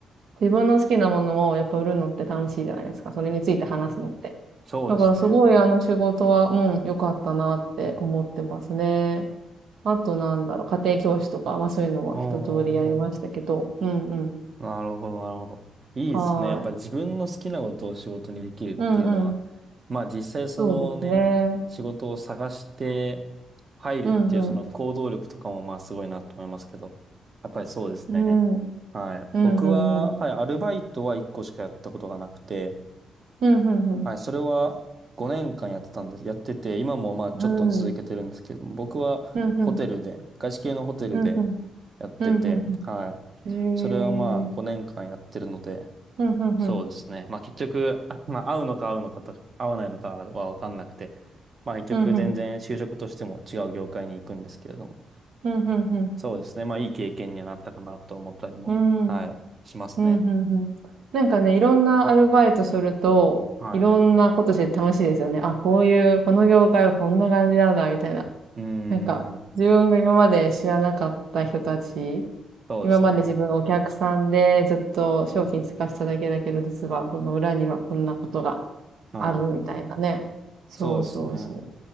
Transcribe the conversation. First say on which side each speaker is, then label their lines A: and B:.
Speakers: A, on the right; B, on the right.
A: 自分の好きなものをやっぱ売るのって楽しいじゃないですか。それについて話すのって。
B: そうですね。
A: だからすごいあの仕事は、うん、良かったなって思ってますね。あとなんだろう、家庭教師とか、まあそういうのは一通りやりましたけど、
B: おおーおー
A: うんうん。
B: なるほど、なるほど。いいですね。
A: はーい。
B: やっぱ自分の好きなことを仕事にできるっていうのは、
A: うんうん。
B: まあ実際そのね、
A: そうですね。
B: 仕事を探して入るっていうその行動力とかもまあすごいなと思いますけど、
A: うんうん。
B: やっぱりそうですね。
A: うん。うん
B: はい。
A: うんうん。
B: 僕は、はい、アルバイトは1個しかやったことがなくて、
A: うんうんうん。
B: はい、それは5年間やってたんです。やってて、今もまあちょっと続けてるんですけど、
A: うん。
B: 僕はホテルで、
A: うんうん。
B: 外資系のホテルで
A: うんうん。
B: やってて、
A: うんうん
B: はい。
A: うん。
B: それはまあ5年間やってるので、
A: へえ。うんうんうん。
B: そうですね。まあ結局、<laughs> まあ合うのか合うのかと、合わないのかはわかんなくて、まあ結局全然就職としても違う業界に行くんですけれども、
A: うん、うん。うん、うんうん。
B: そうですね。まあいい経験にはなったかなと思ったりも、
A: うん、
B: はい、
A: うん、
B: しますね。
A: うんうん。なんかね、いろんなアルバイトすると、
B: はい。
A: いろんなことして楽しいですよね。あ、こういう、この業界はこんな感じなんだ、みたいな。
B: うーん、
A: なんか、自分が今まで知らなかった人たち、
B: そうですね。
A: 今まで自分がお客さんでずっと商品使ってただけだけど、実は、その裏にはこんなことが
B: はい。
A: あるみたいなね。そうそうそう。
B: そうですね。